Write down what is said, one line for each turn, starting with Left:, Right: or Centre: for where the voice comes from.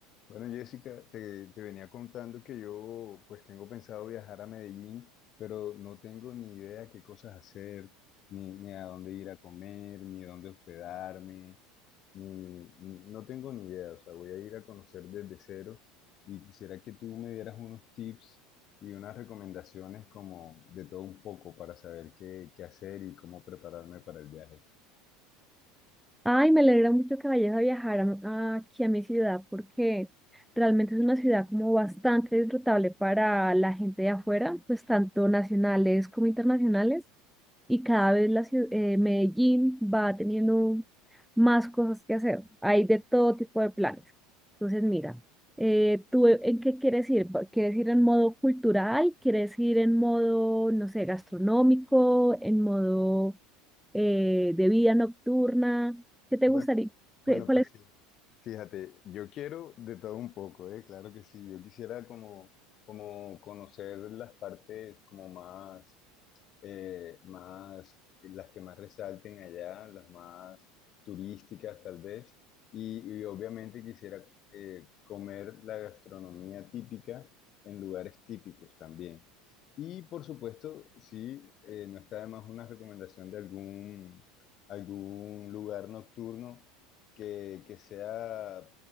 Left: Bueno, Jessica, te, te venía contando que yo pues tengo pensado viajar a Medellín, pero no tengo ni idea qué cosas hacer, ni, ni a dónde ir a comer, ni dónde hospedarme, ni, ni- no tengo ni idea, o sea, voy a ir a conocer desde cero y quisiera que tú me dieras unos tips y unas recomendaciones como de todo un poco para saber qué, qué hacer y cómo prepararme para el viaje.
Centre: Ay, me alegra mucho que vayas a viajar a- a- aquí a mi ciudad porque realmente es una ciudad como bastante disfrutable para la gente de afuera, pues tanto nacionales como internacionales. Y cada vez la ciu- eh, Medellín va teniendo más cosas que hacer. Hay de todo tipo de planes. Entonces, mira, eh, ¿tú e- en qué quieres ir? ¿Va- ¿Quieres ir en modo cultural? ¿Quieres ir en modo, no sé, gastronómico? ¿En modo eh, de vida nocturna? ¿Qué te
Left: Bueno,
Centre: gustaría?
Left: Bueno,
Centre: ¿Qué- cuál
Left: pues
Centre: es?
Left: sí, fíjate, yo quiero de todo un poco, ¿eh? Claro que sí, yo quisiera como, como conocer las partes como más eh, más, las que más resalten allá, las más turísticas tal vez, y, y obviamente quisiera eh, comer la gastronomía típica en lugares típicos también. Y por supuesto, sí, eh, no está de más una recomendación de algún, algún lugar nocturno que, que sea,